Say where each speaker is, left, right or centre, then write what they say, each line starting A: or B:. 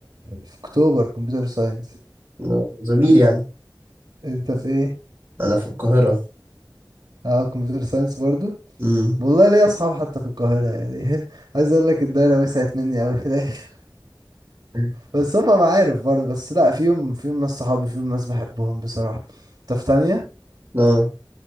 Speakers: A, on the right (about 60°); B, on the right (about 30°).
A: في اكتوبر كمبيوتر ساينس
B: أنا زميل يعني
A: انت في ايه
B: انا في القاهرة
A: اه كمبيوتر ساينس برضو
B: امم
A: والله ليا اصحاب حتى في القاهره يعني <laughs> عايز اقول لك الدايره وسعت مني قوي في الاخر
B: <laughs>
A: بس هما معارف برضو بس لا فيهم فيهم ناس صحابي فيهم ناس بحبهم بصراحه انت في تانية
B: اه